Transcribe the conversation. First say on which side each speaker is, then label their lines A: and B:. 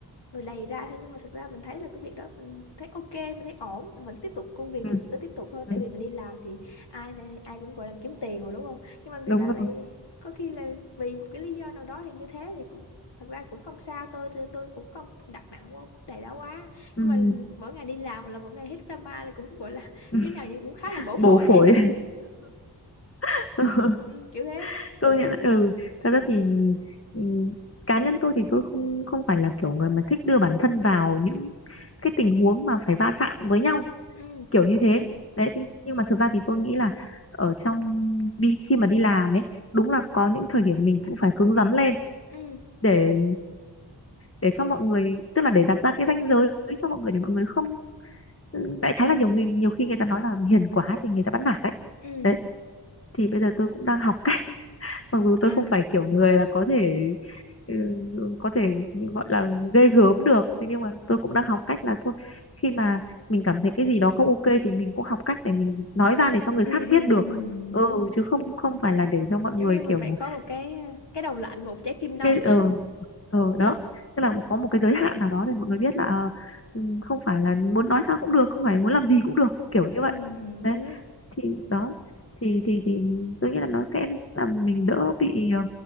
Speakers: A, on the left (about 70°); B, on the left (about 35°).
A: rồi lầy ra thôi nhưng mà thật ra mình thấy là cái việc đó mình thấy ok mình thấy ổn mình vẫn tiếp tục công việc
B: ừ,
A: thì mình cứ tiếp tục thôi
B: ừ,
A: tại vì mình đi làm thì ai thì- ai cũng gọi là kiếm tiền rồi đúng không nhưng mà người
B: đúng
A: ta lại
B: rồi
A: có khi là vì một cái lý do nào đó thì như thế thì cũng thật ra cũng không sao tôi tôi, tôi cũng không đặt nặng vô vấn đề đó quá
B: ừ.
A: nhưng mà mỗi ngày đi làm là mỗi ngày hết drama là cũng gọi là
B: <laughs>
A: như nào vậy cũng khá là bổ phổi
B: bổ phổi <laughs>
A: ừ, kiểu thế
B: công nhận đấy, ừ thật ra thì ừ, cá nhân tôi thì tôi không không phải là kiểu người mà thích đưa bản thân vào những cái tình huống mà phải va chạm với nhau
A: ừ
B: kiểu như thế đấy thế nhưng mà thực ra thì tôi nghĩ là ở trong đi khi mà đi làm ấy đúng là có những thời điểm mình cũng phải cứng rắn lên
A: ừ
B: để để cho mọi người tức là để đặt ra cái ranh giới cho mọi người để mọi người không ừ, đại khái là nhiều người nhiều khi người ta nói là hiền quá thì người ta bắt nạt đấy
A: ừ
B: đấy thì bây giờ tôi cũng đang học cách <laughs> mặc dù
A: à
B: tôi không phải kiểu người là có thể ừ, ừ, có thể gọi là ghê gớm được thế nhưng mà tôi cũng đang học cách là thôi khi mà mình cảm thấy cái gì đó không ok thì mình cũng học cách để mình nói ra để cho người
A: ừ,
B: khác
A: ừ, ừ,
B: biết được ừ
A: đúng rồi.
B: chứ không không phải là để cho mọi
A: giống
B: người
A: như mình
B: kiểu
A: phải có một cái cái đầu lạnh một trái tim nóng
B: cái ờ ờ đó tức là có một cái giới hạn nào đó để mọi người biết là à, ừ, không phải là muốn nói sao cũng được không phải muốn làm gì cũng được
A: <laughs>
B: kiểu
A: ừ
B: như
A: ừ
B: vậy
A: ừ,
B: đấy
A: kiểu thế
B: thì đó thì thì thì tôi nghĩ là nó sẽ làm mình đỡ bị ờ,